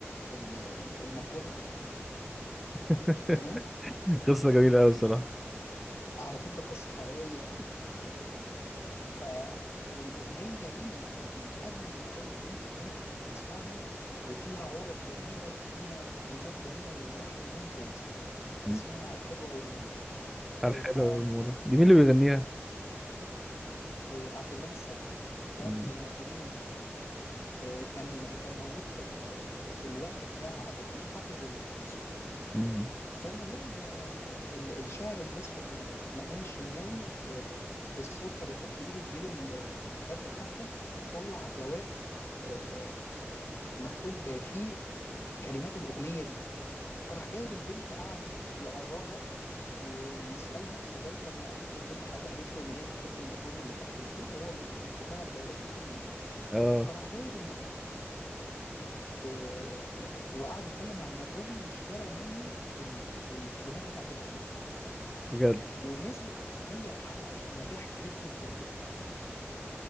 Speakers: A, on the left; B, in the centre.
A: ال- ال- المكواجي اللي تحت البيت
B: <laughs>
A: تمام
B: قصه جميله قوي الصراحه
A: على فكرة قصة حقيقية ف... والأغنية دي من من أجمل الأغاني اللي أنت ممكن تسمعها وفيها عرب جميلة وفيها كلمات جميلة واللحن ممتاز
B: مم.
A: اسمها الحلوة والمر
B: الحلوه
A: إيه، ف
B: والمره دي مين اللي بيغنيها
A: إيه، عبد الغني السيد ده
B: مم.
A: من المطربين القدام إيه، كان كان موجود في ال... في الوقت بتاع عبد الحليم حافظ وأم كلثوم
B: مم.
A: فالمهم آه، ال- الشاعر اللي اسمه آه، مأمون الشناوي آه، بالصدفة بيحط إيده في جيب ال- البدلة بتاعته طلع جواب آه، آه، مكتوب فيه آه، كلمات الأغنية دي فراح جايب البنت قعد يقررها و- ويسألها لغاية أما قالت له كل حاجة قالت له إن هي بتحب المكواجي اللي تحت البيت وهو اللي بيكتب لها الجوابات دي كل يوم
B: اه
A: فراح جايب المكواجي آه، آه، آه، وقعد يتكلم مع المكواجي واشترى منه ال- الكلمات بتاعت الأغنية
B: بجد
A: ونزلت الاغنيه وحققت نجاح كبير جدا جدا